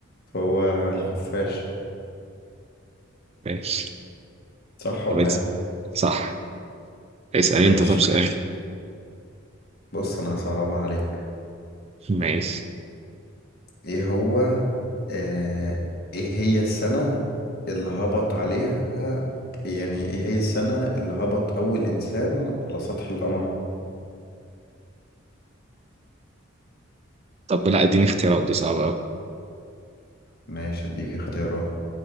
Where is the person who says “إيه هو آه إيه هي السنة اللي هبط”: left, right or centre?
Left